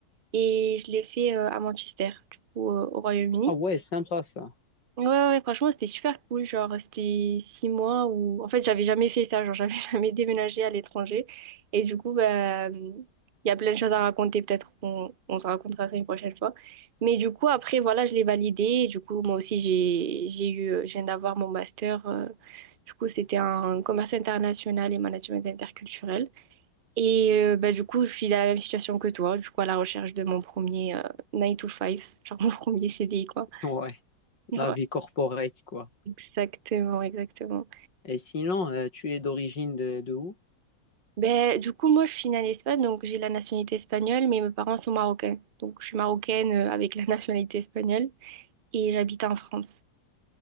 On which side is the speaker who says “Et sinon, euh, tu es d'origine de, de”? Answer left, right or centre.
Left